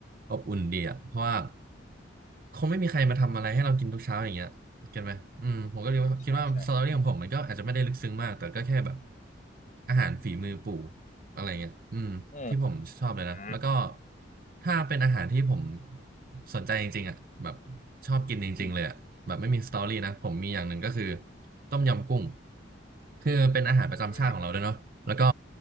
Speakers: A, on the right (about 45°); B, on the left (about 40°).
A: อบอุ่นดีอะเพราะว่าคงไม่มีใครมาทำอะไรให้เรากินทุกเช้าอย่างเงี้ย เก็ตไหมอืมผมก็เลยว่าคิดว่าสตอรี่ของผมมันก็อาจจะไม่ได้ลึกซึ้งมากแต่ก็แค่แบบ
B: อืมอ่าใช่ใช่
A: อาหารฝีมือปู่อะไรเงี้ยอืมที่ผมชอบเลยนะแล้วก็
B: อืมอ่า
A: ถ้าเป็นอาหารที่ผมสนใจจริงๆอ่ะแบบชอบกินจริงๆเลยอ่ะแบบไม่มีสตอรี่นะผมมีอย่างหนึ่งก็คือ
B: อืม
A: ต้มยำกุ้งคือเป็นอาหารประจำชาติของเราด้วยเนาะแล้วก็
B: อ่า